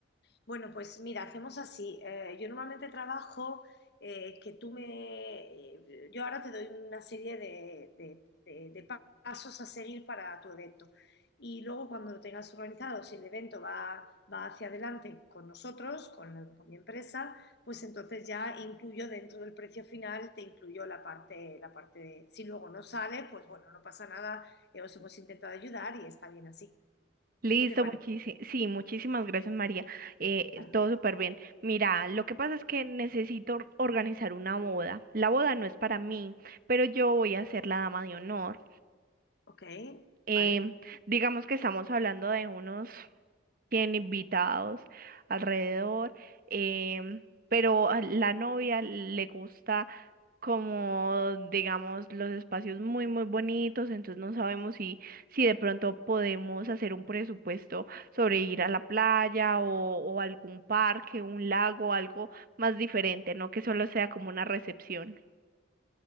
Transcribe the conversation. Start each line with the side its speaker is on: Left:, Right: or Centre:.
Left: Bueno, pues mira, hacemos así. Eh, yo normalmente trabajo eh, que tú me... Yo ahora te doy una serie de, de- de- de pa- pasos a seguir para tu evento. Y luego cuando lo tengas organizado, si el evento va, va hacia adelante con nosotros, con, la- con mi empresa, pues entonces ya incluyo dentro del precio final, te incluyo la parte, la parte de- Si luego no sale, pues bueno, no pasa nada, eh, os hemos intentado ayudar y está bien así.
Right: Listo,
Left: ¿Qué te parece?
Right: muchísimas, sí, muchísimas gracias María. Eh,
Left: Vale.
Right: todo súper bien. Mira, lo que pasa es que necesito or- organizar una boda. La boda no es para mí, pero yo voy a ser la dama de honor.
Left: Ok,
Right: Em,
Left: vale.
Right: digamos que estamos hablando de unos tiene invitados alrededor, em, pero a la novia le gusta como, digamos, los espacios muy, muy bonitos, entonces no sabemos si, si de pronto podemos hacer un presupuesto sobre ir a la playa o, o algún parque, un lago, algo más diferente, no que solo sea como una recepción.